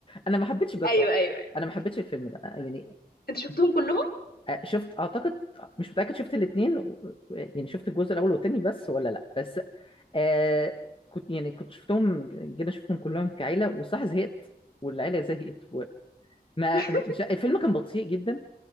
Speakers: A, on the left; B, on the left.
A: انا ما حبيتش جاد
B: ايوه
A: فاز
B: ايوه <gasps> أيوة.
A: انا ما حبيتش الفيلم ده يعني
B: انت شفتهم كلهم؟
A: آه، شفت اعتقد مش متاكد شفت الاثنين يعني شفت الجزء الاول والثاني بس ولا لا بس آه كنت يعني كنت شفتهم جينا شفتهم كلهم كعيله وصح زهقت والعيله زهقت وما
B: <laughs>
A: مش- الفيلم كان بطيء جدا